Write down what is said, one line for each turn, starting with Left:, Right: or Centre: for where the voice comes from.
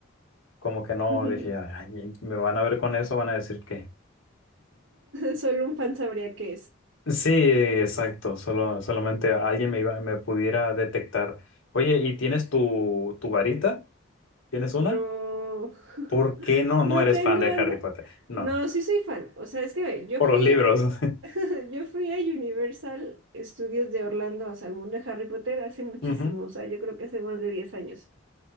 Left: Como que no,
Right: <laughs>
Left: dije, "Ay, me van a ver con eso, van a decir que.
Right: Solo un fan sabría qué es.
Left: Sí, exacto. Solo, solamente alguien me iba, me pudiera detectar. Oye, ¿y tienes tu, tu varita? ¿Tienes una?
Right: No, <laughs>
Left: ¿Por qué no?
Right: no
Left: No eres
Right: tengo,
Left: fan de Harry
Right: na-
Left: Potter. No.
Right: no, sí soy fan. O sea, es que ve, yo
Left: Por
Right: fui,
Left: los libros. <laughs>
Right: <laughs> yo fui a Universal Studios de Orlando, o sea, al mundo de Harry Potter hace muchísimo,
Left: Ujú.
Right: o sea, yo creo que hace más de 10 años.